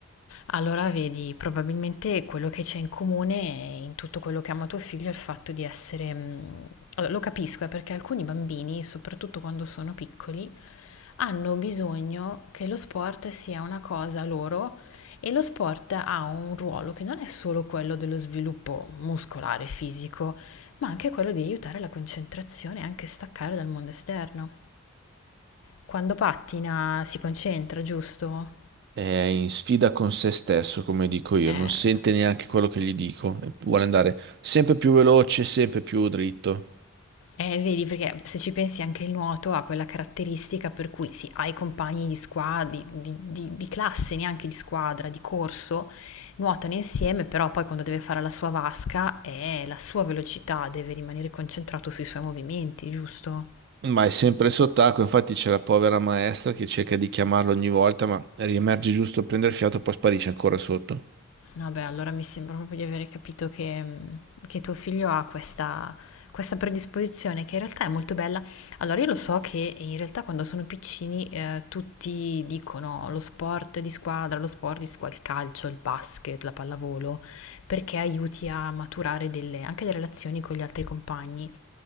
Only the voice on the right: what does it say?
È in sfida con se stesso, come dico io,
non sente neanche quello che gli dico, e vuole andare sempre più veloce, sempre più dritto,
ma è sempre sott'acqua, infatti c'è la povera maestra che cerca di chiamarlo ogni volta, ma riemerge giusto a prendere fiato, e poi sparisce ancora sotto.